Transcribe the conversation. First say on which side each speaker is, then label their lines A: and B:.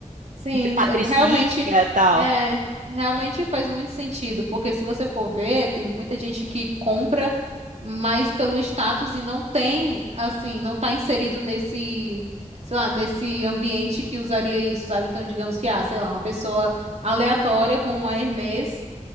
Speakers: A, on the right (about 55°); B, on the right (about 80°).
A: Sim,
B: De patricinha
A: é- realmente
B: e tal.
A: é, realmente faz muito sentido, porque se você for ver, tem muita gente que compra mais pelo status e não tem, assim, não tá inserido nesse, sei lá, nesse ambiente que usaria isso, sabe? Então, digamos que, ah, sei lá, uma pessoa aleatória com uma Hermès,